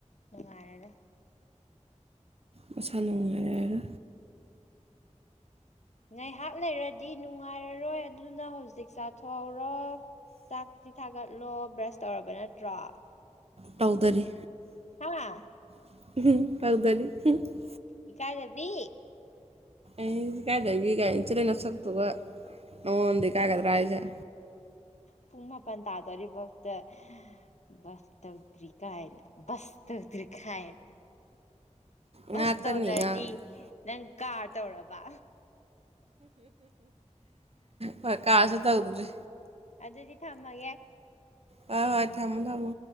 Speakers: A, on the left; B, on the right.
A: ꯅꯨꯡꯉꯥꯏꯔꯔ
B: ꯃꯁꯥꯟ ꯅꯨꯡ ꯂꯩꯔꯒ
A: ꯉꯥꯏꯍꯥꯛ ꯂꯩꯔꯗꯤ ꯅꯨꯡꯉꯥꯏꯔꯔꯣꯏ ꯑꯗꯨꯅ ꯍꯧꯖꯤꯛ ꯆꯥꯊꯣꯛꯍꯧꯔꯣ ꯆꯥꯛꯁꯤ ꯊꯥꯒꯠꯂꯣ ꯕ꯭ꯔꯁ ꯇꯧꯔꯕ ꯅꯠꯇ꯭ꯔꯣ
B: ꯇꯧꯗꯔꯤ
A: <inaudible>
B: <inaudible>
A: ꯏ ꯀꯥꯏꯗꯕꯤ
B: ꯑꯩꯗꯤ ꯀꯥꯏꯗꯕꯤ ꯀꯥꯏꯅꯁꯤ ꯂꯩꯩꯅ ꯁꯛꯇꯨꯕ ꯑꯣꯗꯤ ꯀꯥꯏꯒꯗ꯭ꯔꯑꯁ
A: ꯄꯨꯡ ꯃꯥꯄꯜ ꯇꯥꯗꯣꯔꯤꯐꯥꯎꯗ ꯕꯥꯥꯁꯧ ꯇ꯭ꯔꯤ ꯀꯥ ꯍꯥꯏꯅ ꯥꯁꯧꯗꯔꯤ ꯈꯥ ꯍꯥꯏꯅ ꯕꯁ
B: ꯉꯥꯛꯇꯅꯤ
A: ꯇꯧꯗ꯭ꯔꯗꯤ
B: ꯉꯥꯏꯍꯥꯛ
A: ꯅꯪ ꯀꯥꯔ ꯇꯧꯔꯕ
B: ꯍꯣꯏ ꯀꯥꯔꯁꯨ ꯇꯧꯗ꯭ꯔꯤ
A: ꯑꯗꯨꯗꯗꯤ ꯊꯝꯃꯒꯦ
B: ꯍꯣꯏ ꯍꯣꯏ ꯊꯝꯃꯣ ꯊꯝꯃꯣ